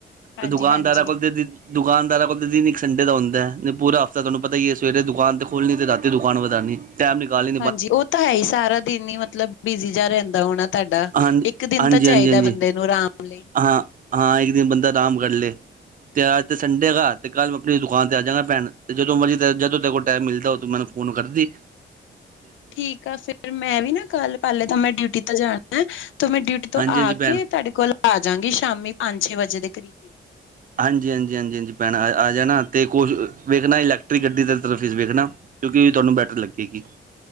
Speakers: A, on the left (about 80°); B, on the right (about 45°).
A: ਹਾਂਜੀ
B: ਤੇ ਦੁਕਾਨਦਾਰਾਂ
A: ਹਾਂਜੀ।
B: ਕੋਲ ਤੇ, ਦੁਕਾਨਦਾਰਾਂ ਕੋ ਤਾਂ ਦਿਨ ਇੱਕ ਸੰਡੇ ਦਾ ਹੁੰਦਾ, ਪੂਰਾ ਹਫ਼ਤਾ ਤੁਹਾਨੂੰ ਪਤਾ ਹੀ ਹੈ ਸਵੇਰੇ ਦੁਕਾਨ ਤਾਂ ਖੋਲ੍ਹਣੀ ਅਤੇ ਰਾਤੀ ਦੁਕਾਨ ਵਧਾਉਣੀ। ਟਾਈਮ ਨਿਕਾਲੀ।
A: ਹਾਂਜੀ, ਉਹ ਤਾਂ ਹੈ ਹੀ ਸਾਰਾ ਦਿਨ ਕਿੰਨੀ ਮਤਲਬ ਬਿਜੀ ਜਿਹਾ ਰਹਿੰਦਾ ਹੋਣਾ ਤੁਹਾਡਾ
B: ਹਾਂਜੀ
A: ਇੱਕ ਦਿਨ
B: ਹਾਂਜੀ
A: ਤਾਂ ਚਾਹੀਦਾ
B: ਹਾਂਜੀ ਹਾਂਜੀ
A: ਬੰਦੇ ਨੂੰ ਆਰਾਮ ਲਈ।
B: ਹਾਂ ਹਾਂ ਇੱਕ ਦਿਨ ਬੰਦਾ ਆਰਾਮ ਕਰ ਲੇ। ਤੇ ਅਜ ਤੇ ਸੰਡੇ ਹੈਗਾ ਤੇ ਕੱਲ੍ਹ ਮੈ ਆਪਣੀ ਦੁਕਾਨ ਤੇ ਆ ਜਾਂਗਾ ਭੈਣ ਤੇ ਜਦੋਂ ਮਰਜ਼ੀ ਜਦ ਤੇਰੇ ਕੋਲ ਟਾਈਮ ਮਿਲਦਾ ਮੈਨੂੰ ਫੋਨ ਕਾਰਦੀ।
A: ਠੀਕ ਆ ਫੇਰ ਮੈਂ ਵੀ ਨਾ ਕੱਲ ਪਹਿਲੇ ਤਾਂ ਮੈਂ ਡਿਊਟੀ ਤੇ ਜਾਣਾ ਏ, ਤੇ ਮੈਂ ਡਿਊਟੀ ਤੋਂ
B: ਹਾਂਜੀ
A: ਆ
B: ਹਾਂਜੀ ਭੈਣ
A: ਕੇ ਤੁਹਾਡੇ ਕੋਲ ਆ ਜਾਗੀ ਸ਼ਾਮੀ ਪੰਜ, ਛੇ ਵਜੇ ਦੇ ਕਰੀਬ
B: ਹਾਂਜੀ, ਹਾਂਜੀ, ਹਾਂਜੀ, ਹਾਂਜੀ ਭੈਣਾ ਆ ਆ ਜਾਣਾ ਅਤੇ ਕੁਛ ਵੇਖਣਾ ਇਲੈਕਟ੍ਰਿਕ ਗੱਡੀ ਦੀ ਤਰਫ ਹੀ ਵੇਖਣਾ। ਕਿਉਂਕਿ ਤੁਹਾਨੂੰ ਬੈਟਰ ਲੱਗੇਗੀ।